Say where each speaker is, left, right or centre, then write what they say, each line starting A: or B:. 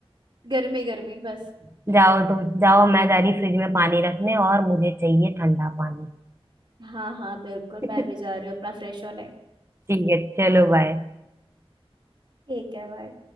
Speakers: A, on the right; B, on the right.
A: गर्मी गर्मी बस
B: जाओ तुम जाओ मैं जा रही फ्रिज में पानी रखने और मुझे चाहिए ठंडा पानी
A: हाँ हाँ बिल्कुल
B: <laughs>
A: मैं भी जा रही हूँ अपना फ्रेश होने
B: ठीक है चलो बाय
A: ठीक है बाय